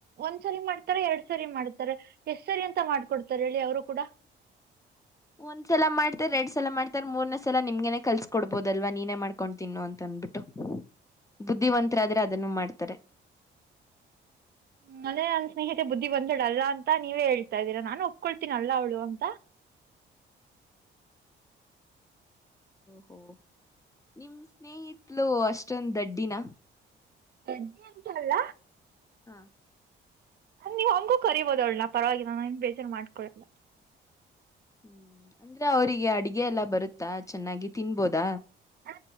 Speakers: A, on the right; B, on the left.
A: ಒಂದ್ಸರಿ ಮಾಡ್ತಾರ ಎರಡ್ ಸರಿ ಮಾಡ್ತಾರ, ಎ ಸರಿ ಅಂತ ಮಾಡ್ಕೊಡ್ತಾರೆ ಹೇಳಿ ಅವರು ಕೂಡ,
B: ಒಂದ್ಸಲ ಮಾಡ್ತ ಎರಡ್ ಸಲ ಮಾಡ್ತಾರ ಮೂರ್ನೇ ಸಲ ನಿಮ್ಗೆೇನೆ ಕಲ್ಸಕ ಕೊಡ್ಬೋದಲ್ವಾ ನೀನೇ ಮಾಡ್ಕೊಂಡ ತಿನ್ನು ಅಂತ ಅನ್ಬಿಟ್ಟು ಬುದ್ಧಿವಂತರಾದ್ರೆ ಅದನ್ನು ಮಾಡ್ತಾರೆ,
A: ಹ್ಮ್ ಅದೇ ನನ್ ಸ್ನೇಹಿತ ಬುದ್ಧಿ ಬಂದಡ್ ಅಲ್ಲ ಅಂತ ನೀವೇ ಹೇಳ್ತಾ ಇದ್ದೀರಾ ನಾನನ್ ಒಪ್ಕೊಳ್ತೀನಿ ಅಲ್ಲ ಅವಳು ಅಂತ
B: ಹೋ ನಿಮ ಸ್ನೇಹಿತಲು ಅಷ್ಟೊಂದು ದಡ್ಡಿನ
A: ಎಿ ಎಂತಲ್ಲ
B: ಹಾ
A: ನೀವ್ ಹಂಗೂ ಕರಿಬೋದವಳ ನ ಪರವಾಗಿಲ್ಲ ನಮ್ ಬೇಜಾರ ಮಾಡ್ಕೊಳಲ್ಲ
B: ಹ್ಮ್ ಅಂದ್ರೆ ಅವರಿಗೆ ಅಡಗೆ ಎಲ್ಲಾ ಬರುತ್ತಾ ಚೆನ್ನಾಗಿ ತಿನ್ಬೋದ
A: ಅ